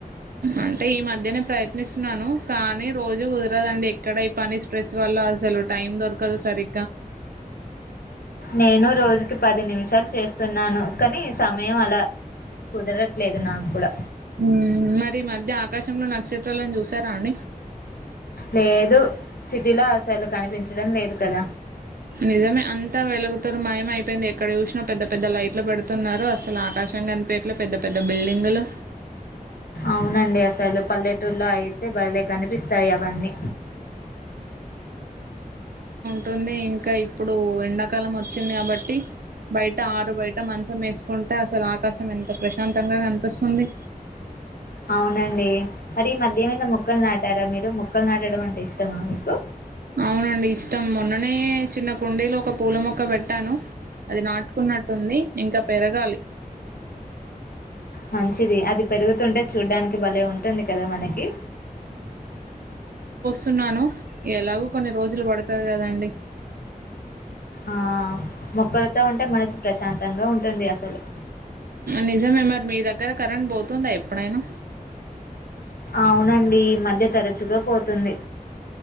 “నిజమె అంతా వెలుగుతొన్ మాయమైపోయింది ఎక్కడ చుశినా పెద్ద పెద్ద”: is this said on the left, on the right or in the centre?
Right